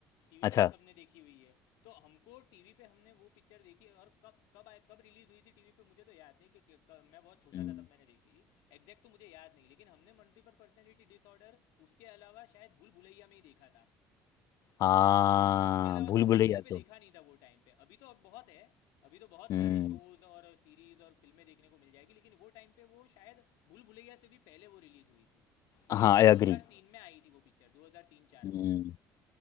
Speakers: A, on the left; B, on the left.
A: टीवी
B: अच्छा
A: पे ही सबने देखी हुई है तो हमको टीवी पे हमने वो पिक्चर देखी और कब कब आए कब रिलीज हुई थी टीवी पे मुझे तो याद नहीं कि, कि क, मैं बहुत छोटा
B: हम्म,
A: था तब मैंने देखी थी एग्जैक्ट तो मुझे याद नहीं लेकिन हमने मल्टीपल पर्सनैलिटी डिसऑर्डर उसके अलावा शायद भूल भुलैया में ही देखा था
B: हाँ
A: उसके अलावा
B: भूल
A: तो हमने
B: भुलैया
A: कहीं पे
B: तो
A: देखा नहीं था वो टाइम पे अभी तो अब बहुत है अभी तो बहुत
B: हम्म
A: सारे शोज और सीरीज और फिल्में देखने को मिल जाएगी लेकिन वो टाइम पे वो शायद भूल भुलैया से भी पहले वो रिलीज हुई थी
B: हाँ
A: आई थिंक
B: आई
A: 2003
B: अग्री
A: में आई थी वो पिक्चर 2003-4
B: हम्म
A: में